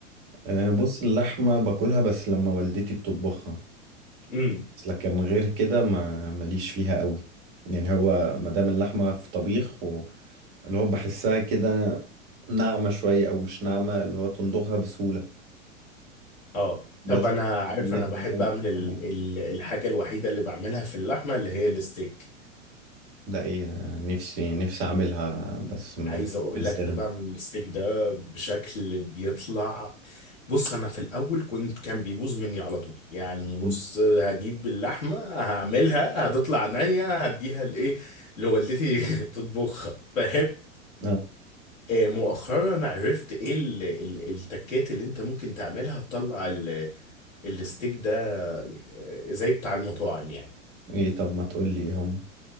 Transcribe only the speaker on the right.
آه، بص اللحمة باكلها بس لما والدتي بتطبخها
بس لكن غير كده ما ماليش فيها أوي يعني هو مادام اللحمة في طبيخ و- اللي هو بحسها كده ناعمة شوية أو مش ناعمة اللي هو تندوخها بسهولة
بس
دي اللحمة
اللي أنا
بحبها
ده إيه نفسي نفسي أعملها بس م-
مش عارف
ازاي
مم.
اه
ايه طب ما تقول لي إيه هم